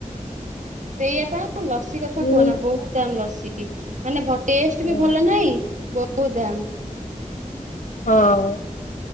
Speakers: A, on the right; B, on the left.
A: ସେଇଆ ପା ଲସି କଥା
B: ହୁଁ
A: କୁହନା ବହୁତ୍ ଦାମ୍ ଲସି। ମାନେ ଭର୍ତୀ ଆସିଥିବେ
B: ହୁଁ।
A: ଭଲ ନାହିଁ ବହୁତ୍ ଦାମ୍।
B: ହଁ।